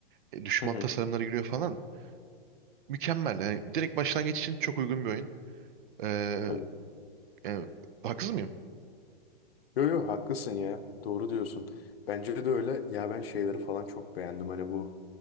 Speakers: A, on the right (about 60°); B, on the left (about 80°).
A: e, düşman
B: Hı hı.
A: tasarımları giriyor falan. Mükemmel. Yani direkt başlangıç için çok uygun bir oyun. E,
B: Tabii.
A: yani haksız mıyım?
B: Yo yo haklısın ya. Doğru diyorsun. Bence de öyle. Ya ben şeyleri falan çok beğendim. Hani bu